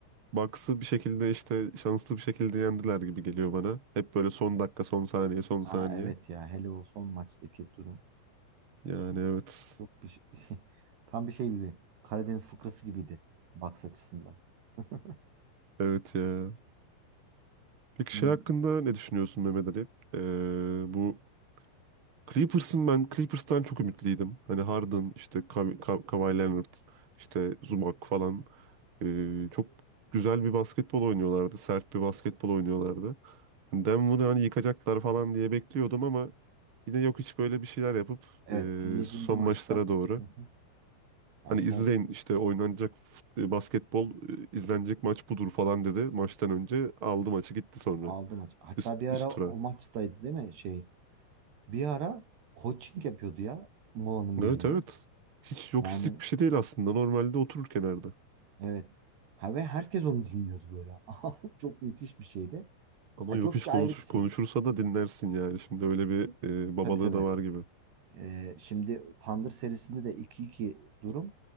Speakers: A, on the right; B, on the right.
A: Bucks'ı bir şekilde işte şanslı bir şekilde yendiler gibi geliyor bana. Hep böyle son dakika, son saniye, son saniye.
B: Ha evet ya hele o son maçtaki durum
A: Yani evet.
B: çok bir şey, <laughs> tam bir şey gibi Karadeniz fıkrası gibiydi Bucks açısından. <laughs>
A: Evet ya. Peki
B: Hmm.
A: şey hakkında ne düşünüyorsun Mehmet Ali? Ee, bu Clippers'ın ben Clippers'tan çok ümitliydim. Hani Harden, işte Ka- Ka- Kawhi Leonard, işte Zubac falan Ee, çok güzel bir basketbol oynuyorlardı. Sert bir basketbol oynuyorlardı. Hani Denver'ı hani yıkacaklar falan diye bekliyordum ama yine yok hiç böyle bir şeyler yapıp
B: Evet
A: ee,
B: yedinci
A: son
B: maçta.
A: maçlara doğru
B: Hı hı. Ya
A: hani
B: son
A: izleyin işte oynanacak fut- e, basketbol e, izlenecek maç budur falan dedi maçtan önce aldı maçı gitti sonra
B: aldı maç. Hatta
A: üst
B: bir ara
A: üst tura.
B: o maçtaydı değil mi? Şey bir ara coaching yapıyordu ya molanın
A: Evet
B: birinde.
A: evet. Hiç yok
B: Yani
A: hislik bir şey değil aslında. Normalde oturur kenarda.
B: evet. Ha, ve herkes onu dinliyordu böyle. <laughs> Çok müthiş bir şeydi.
A: Ama
B: Ya
A: yok
B: çok
A: hiç
B: hiç
A: konuş,
B: ayrı bir seviye.
A: konuşursa da dinlersin yani. Şimdi öyle bir e, babalığı
B: Tabii tabii.
A: da var gibi.
B: Ee, şimdi Tandır serisinde de iki iki durum.